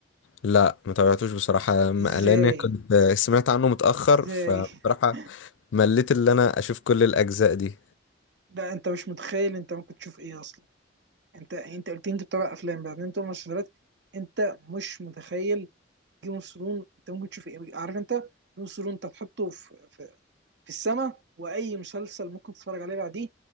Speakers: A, on the left (about 85°); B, on the right (about 65°).
A: لا ما تابعتوش بصراحة ما-
B: ازاي
A: لان كنت سمعت عنه متأخر
B: ازاي
A: فبصراحة
B: <laughs>
A: مليت اللي انا اشوف كل الاجزاء دي
B: ده انت مش متخيل انت ممكن تشوف ايه اصلا انت انت قلت لي انت بتتابع افلام بعدين انت بتتابع مسلسلات انت مش متخيل جيم اوف ثرونز انت ممكن تشوف ايه عارف انت جيم اوف ثرونز انت تحطه في في السماء واي مسلسل ممكن تتفرج عليه بعديه